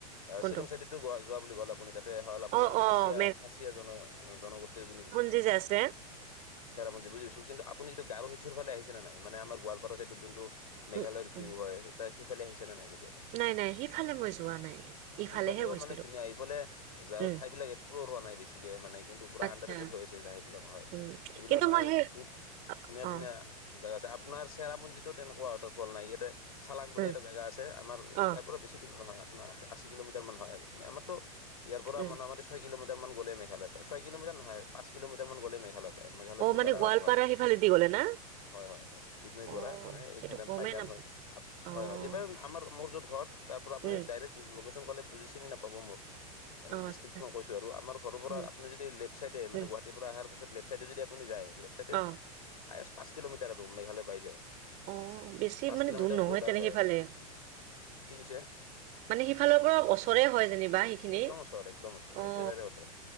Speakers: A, on the left; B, on the right.
A: আ
B: কোনটো
A: শ্বিলং চাইডেতো গোৱা যোৱা বুলি ক'লে আপনি তাতে হ'ল আপোনাৰ
B: অ', অ',
A: খাচিয়া খাচীয়া জন জনগোষ্ঠীৰ যোন
B: যি যে আছে
A: চেৰাপুঞ্জি বুজিছো, কিন্তু আপুনি এইটো গাওঁৰ শিলচৰফালে আহিছে নে নাই, মানে আমাৰ গোৱালপাৰা চাইডত যোনটো মেঘালয়ৰ
B: উম, উম,
A: ভিউ হয় সেই তাৰ সেইফালে আহিছে নে নাই কেতিয়া
B: নাই নাই সিফালে মই যোৱা নাই।
A: অ'
B: ইফালেহে
A: এইফালেও
B: গৈছিলো
A: মানে ধুনীয়া এইফালে যা
B: উম,
A: ঠাই বিলাক একসপ্লৰ' হোৱা নাই বেছিকে মানে কিন্তু পুৰা
B: আচ্ছা
A: আণ্ডাৰ ৰেটেড হৈ আছে যাই বিলাক হয়
B: উম,
A: এইবিলাক
B: কিন্তু
A: মানে
B: মই সেই
A: ধু ধুনীয়া
B: অ',
A: ধুনীয়া। জেগা চাই, আপোনাৰ চেৰাপুঞ্জীটো তেনেকুৱা ৱাটাৰফল নাই, ইয়াতে চালাং বুলি
B: উম,
A: এটা জেগা আছে আমাৰ
B: অ',
A: ইয়াৰ পৰা বেছি দূৰ নহয় আপোনাৰ আ আছী কিলোমিটাৰ মান হয় আৰু। মেৰমটো ইয়াৰ পৰা
B: উম,
A: মনা মাতিছ ছয় কিল'মিটাৰ মান গ'লে মেঘালয় পাই, ছয় কিল'মিটাৰ নহয়, পাঁচ কিল'মিটাৰ মান গ'লে মে মে মেঘালয়
B: অ',
A: বৰডাৰ
B: মানে
A: আৰম্ভ
B: গোৱালপাৰা
A: আৰু
B: সিফালেদি গ'লে না?
A: হয় হয় হয় দুধ নৈ
B: অ',
A: বৰা মানে এইফালে
B: সেইটো গমেই
A: পাইকাণ
B: নাপ
A: হৈ আপ
B: অ',
A: হয় হয় এইবাৰ আমাৰ মোৰ যত ঘৰ তাৰ পৰা আপুনি
B: উম,
A: ডাইৰেক্ট লোকেশ্যন ক'লে বুজি চিনি নাপাব মোক, আৰু
B: অ',
A: দিষ্ট্ৰিক
B: আচ্ছা
A: খন কৈছোঁ আৰু আমাৰ ঘৰৰ পৰা
B: উম,
A: আপুনি দি লেফ চাইডে মানে
B: উম,
A: গুৱাহাটীৰ পৰা অহাৰ পিছত লেফ চাইডে যদি আপুনি যায় লেফট চাইডে
B: অ',
A: হায়েষ্ট পাঁচ কিলোমিটাৰ আৰু মেঘালয় পাই যায়।
B: অ', বেছি
A: পাঁচ
B: মানে
A: কিলোমিটাৰ
B: দূৰ নহয়
A: বৰ্ডাৰ
B: তেনে
A: হয়
B: সিফালে
A: আৰু কি কৈছে
B: মানে সিফালৰ পৰাও অচৰে হয় যেনিবা সেইখিনি
A: একদম ওচৰ একদম ওচৰ
B: অ
A: একেবাৰে ওচৰ।